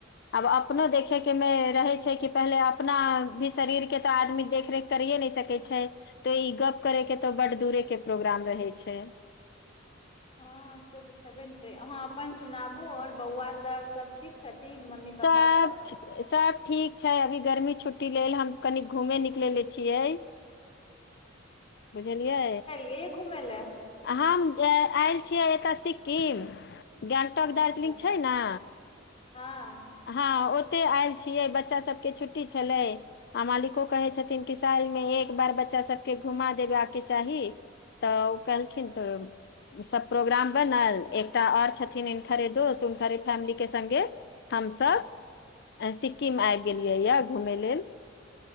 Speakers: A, on the left (about 55°); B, on the left (about 30°).
A: अब अपनो देखे केँ मे रहै छै कि पहिले अपना भी शरीर केँ तऽ आदमी देखरेख करियए नय सकै छै तऽ ई गप करे केँ तो बड्ड दूरे केँ प्रोग्राम रहे छै
B: <inaudible> हँ से तऽ छेबे नऽ करै अहाँ अपन सुनाबू आओर बौआ सब सब ठीक छथिन मम्मी
A: सब
B: पप्पा
A: सब ठीक छै अभी गर्मी छुट्टी लेल हम कनि घूमे निकलले छियै बुझलियै
B: ए घुम लऽ
A: हम आयल छियै एतय सिक्किम गेंगटोक
B: अच्छा
A: दार्जिलिंग छै नऽ
B: हँ
A: हँ ओते आयल छियै बच्चा सभ केँ छुट्टी छलै आ मालिको कहे छथिन कि साल मे एक बार बच्चा सब केँ घुमा देबाकेँ चाही तऽ ओ कहलखिन तऽ सभ प्रोग्राम बनल एकटा आओर छथिन हिनकरे दोस्त हुनकरे फैमिली केँ संगे हम सब सिक्किम आइब गेलियै यऽ घुमय लेल